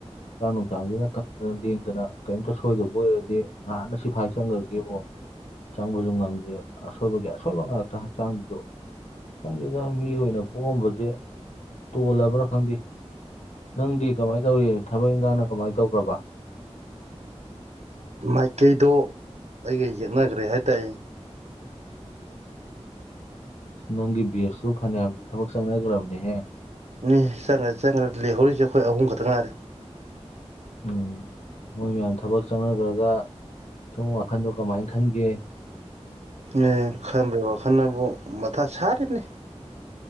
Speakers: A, on the left (about 85°); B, on the right (about 75°).
A: ꯍꯛꯆꯥꯡ ꯅꯨꯡꯁꯥꯡꯁꯤꯅ ꯀꯟꯗꯅ ꯂꯦꯡꯗꯅ ꯀꯔꯤꯝꯇ ꯁꯣꯏꯗꯕ ꯑꯣꯏꯔꯗꯤ ꯉꯍꯥꯛꯅ ꯁꯤꯐꯥꯏ ꯆꯪꯈ꯭ꯔꯒꯦꯕꯣ ꯆꯪꯕꯁꯨ ꯉꯝꯗꯦ ꯑꯁꯣꯏꯕꯒꯤ ꯑꯁꯣꯏꯕ ꯉꯥꯛꯇ ꯍꯛꯆꯥꯡꯖꯤꯖꯨ ꯈꯪꯗꯦꯗ ꯃꯤ ꯑꯣꯏꯅ ꯄꯣꯛꯑꯝꯕꯁꯦ ꯇꯣꯜꯂꯕ꯭ꯔꯥ ꯈꯪꯗꯦ ꯅꯪꯗꯤ ꯀꯃꯥꯏꯅ ꯇꯧꯔꯤ ꯊꯕꯛ ꯏꯪꯈꯥꯡꯅ ꯀꯃꯥꯏꯅ ꯇꯧꯈ꯭ꯔꯕ
B: ꯃꯥꯏꯀꯩꯗꯣ ꯑꯩꯒ ꯌꯦꯛꯅꯈ꯭ꯔꯦ ꯍꯥꯏꯇꯥꯔꯦ
A: ꯑꯁ ꯅꯪꯒꯤ ꯕꯦꯁꯁꯨ ꯐꯅꯌꯥꯝꯗꯤ ꯊꯕꯛ ꯆꯪꯅꯈ꯭ꯔꯕꯅꯦꯍꯦ
B: ꯃꯤ ꯆꯪꯉ꯭ꯔ ꯆꯪꯈ꯭ꯔ ꯂꯩꯍꯧꯔꯤꯁꯦꯈꯣꯏ ꯑꯍꯨꯝ ꯈꯛꯇꯪ ꯉꯥꯏꯔꯦ
A: ꯎꯝ ꯃꯣꯏ ꯃꯌꯥꯝ ꯊꯕꯛ ꯆꯪꯅꯈ꯭ꯔꯒ ꯁꯨꯝ ꯋꯥꯈꯟꯗꯣ ꯀꯃꯥꯏꯅ ꯈꯟꯒꯦ
B: ꯑꯦ ꯈꯟꯕ꯭ꯔꯦ ꯋꯥꯈꯜꯕꯨ ꯃꯊꯥ ꯁꯥꯔꯤꯕꯅꯤ